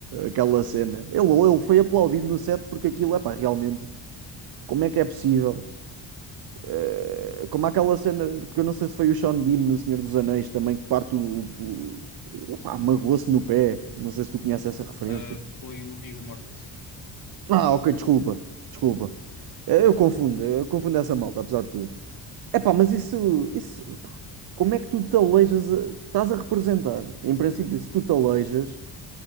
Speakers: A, on the right; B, on the left.
A: Aquela cena. Ele, ele foi aplaudido no set porque aquilo, é pá, realmente. Como é que é possível? Eh, como aquela cena, porque eu não sei se foi o Sean Bean no Senhor dos Anéis também, que parte o, o, o- pá, magoou-se no pé. Não sei se tu conheces essa referência.
B: Ah, foi o Viggo Mortensen.
A: Ah, ok, desculpa. Desculpa. Eh, Eu confundo, eu confundo essa malta, apesar de tudo. Epá, mas isso, isso, pá, como é que tu te aleijas? a- tu estás a representar. Em princípio, se tu te aleijas,